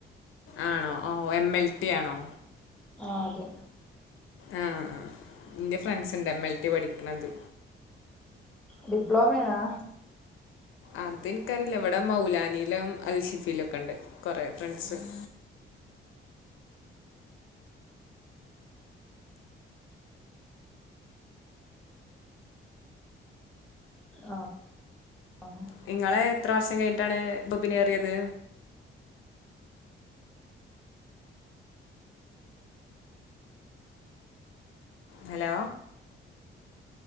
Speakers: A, on the left (about 80°); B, in the centre.
A: ആണോ ഓ എം എൽ ടി ആണോ
B: ആ അതെ
A: ആ എന്റെ ഫ്രണ്ട്സ് ഉണ്ട് എം എൽ ടി പഠിക്കണത്
B: ഡിപ്ലോമയാണോ
A: അതെനിക്കറിയില്ല ഇവിടെ മൗലാനിയിലും അൽഷിഫിയില ഒക്കെ ഉണ്ട് കൊറെ ഫ്രണ്ട്സ് <unintelligible>
B: ആ ആ
A: നിങ്ങളെ എത്ര വർഷം കഴിഞ്ഞട്ടാണ് ബൊബിനേറിയത് ഹലോ